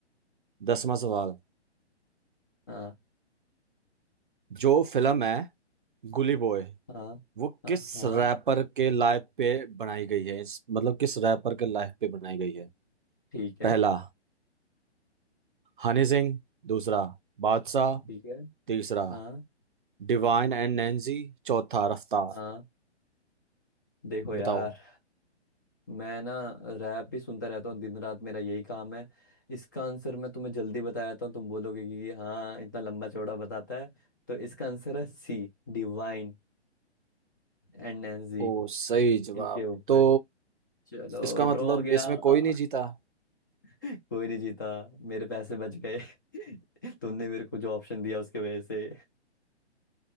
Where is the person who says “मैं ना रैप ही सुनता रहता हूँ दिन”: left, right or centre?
Left